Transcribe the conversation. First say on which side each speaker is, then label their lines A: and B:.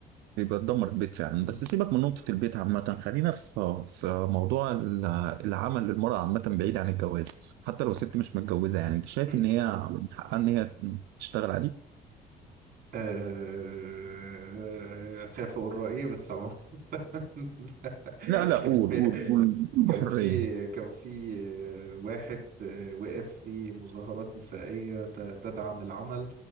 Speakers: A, on the right (about 85°); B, on the right (about 60°).
A: بيبقى تدمر البيت فعلا
B: مم.
A: بس سيبك من نقطة البيت عامة خلينا في في موضوع ال- العمل للمرأة عامة بعيد عن الجواز حتى
B: مم.
A: لو ست مش متجوزة يعني انت شايف
B: <laughs>
A: ان هي من حقها ان هي تشتغل عادي؟
B: آه خايف أقول رأيي بس عموما <laughs> <laughs>
A: لا لا
B: كان
A: قول
B: في
A: قول قول بحرية
B: كان في كان في آه، واحد آه، وقف في مظاهرات نسائية ت- تدعم العمل